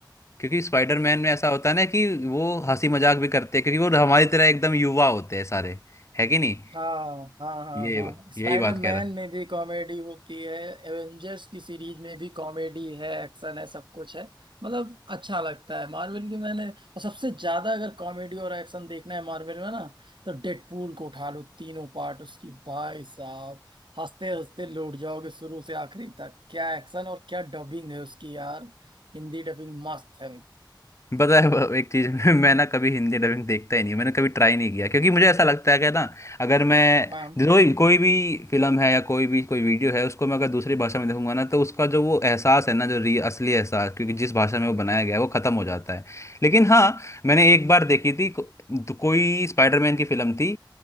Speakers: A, on the left; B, on the right.
A: क्योंकि स्पाइडरमैन में ऐसा होता है ना कि वो हंसी मजाक भी करते हैं क्योंकि वो हमारी तरह एकदम युवा होते हैं सारे है कि नहीं
B: हाँ हाँ हाँ
A: ये
B: हाँ स्पाइडरमैन
A: यही बात कह रहा था
B: में भी कॉमेडी होती है एवेंजर्स की सीरीज में भी कॉमेडी है एक्शन है सब कुछ है मतलब अच्छा लगता है मार्वल की मैंने और सबसे ज्यादा अगर कॉमेडी और एक्शन देखना है मार्वल में ना तो डेडपूल को उठा लो तीनों पार्ट उसकी भाई साहब हंसते हंसते लौट जाओगे शुरू से आखिरी तक क्या एक्शन और क्या डबिंग है उसकी यार हिंदी डबिंग मस्त है
A: पता है वो एक चीज <laughs> मैं ना कभी हिंदी डबिंग देखता ही नहीं हूं, मैंने कभी ट्राई नहीं किया क्योंकि मुझे ऐसा लगता है कि ना अगर मैं
B: हाँ
A: जो कोई भी फिल्म है या कोई भी कोई वीडियो है उसको मैं अगर दूसरी भाषा में देखूंगा ना तो उसका जो वो एहसास है ना जो री असली एहसास क्योंकि जिस भाषा में वो बनाया
B: हाँ
A: गया है वो खत्म हो जाता है लेकिन हाँ मैंने एक बार देखी थी को, कोई स्पाइडरमैन की फिल्म थी